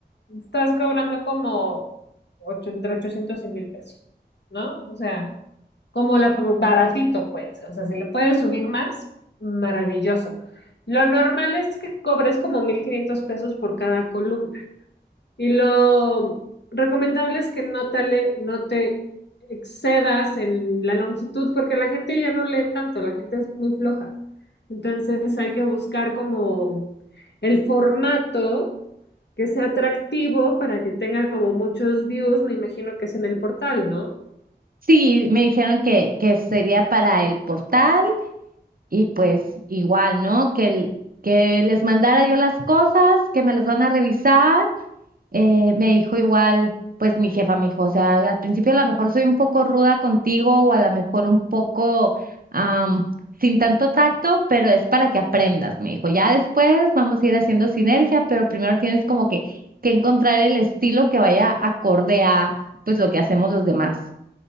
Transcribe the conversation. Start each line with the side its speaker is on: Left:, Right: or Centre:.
Left: estás cobrando como ocho- entre 800 y 1000 pesos, ¿no? O sea, como la baratito, pues, o sea, si le puedes subir más, maravilloso. Lo normal es que cobres como 1.500 pesos por cada columna y lo recomendable es que no te, ale- no te excedas en la longitud porque la gente ya no lee tanto, la gente es muy floja. Entonces hay que buscar como el formato que sea atractivo para que tenga como muchos views, me imagino que es en el portal, ¿no?
Right: Sí, me dijeron que, que sería para el portal y pues igual, ¿no? Que, el- que les mandara yo las cosas, que me las van a revisar Eh, me dijo igual, pues mi jefa me dijo, o sea, al principio a lo mejor soy un poco ruda contigo o a lo mejor un poco am, sin tanto tacto, pero es para que aprendas, me dijo. Ya después vamos a ir haciendo sinergia, pero primero tienes como que, que encontrar el estilo que vaya acorde a pues lo que hacemos los demás.